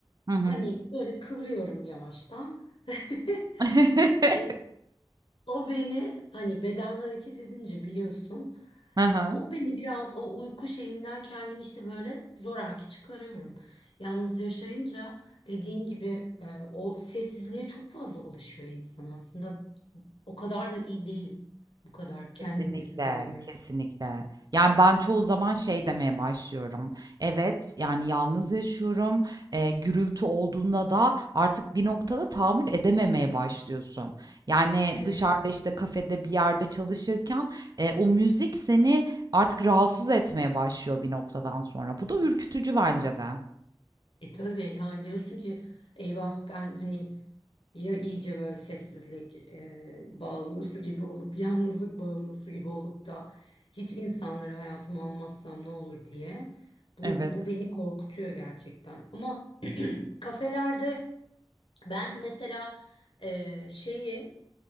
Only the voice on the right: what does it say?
Hı hı.
<laughs>
Aha.
Kesinlikle,
kesinlikle. Yani ben çoğu zaman şey demeye başlıyorum. Evet, yani yalnız yaşıyorum. Eee, gürültü olduğunda da artık bir noktada tahammül edememeye başlıyorsun. Yani
dışarıda işte kafede bir yerde çalışırken eee, o müzik seni artık rahatsız etmeye başlıyor bir noktadan sonra. Bu da ürkütücü bence de.
Evet.